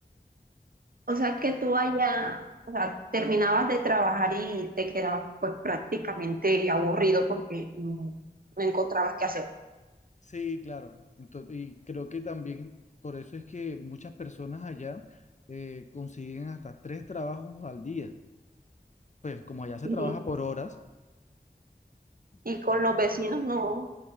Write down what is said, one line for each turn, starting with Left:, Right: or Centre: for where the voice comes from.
Right: o
Left: Sí,
Right: sea que tú allá, o sea, terminabas de trabajar y te quedabas pues prácticamente aburrido porque no, no encontrabas qué hacer.
Left: Sí, claro. Entonces, y creo que también por eso es que muchas personas allá eh, consiguen hasta tres trabajos al día. Pues como allá se
Right: Y,
Left: trabaja por horas.
Right: y
Left: sí,
Right: con los vecinos no,